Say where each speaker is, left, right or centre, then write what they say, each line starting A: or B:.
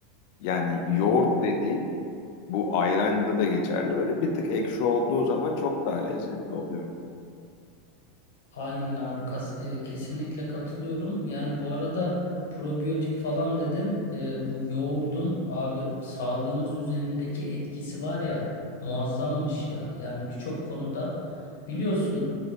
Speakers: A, on the left (about 60°); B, on the left (about 90°).
A: Yani yoğurt dediğin bu ayranda da geçerli. Böyle bir tık ekşi olduğu zaman çok daha lezzetli oluyor.
B: Aynen abi kas- e, kesinlikle katılıyorum. Yani bu arada probiyotik falan dedin. E, bu yoğurdun abi sağlığımız üzerindeki etkisi var ya muazzammış ya. Yani birçok konuda biliyorsun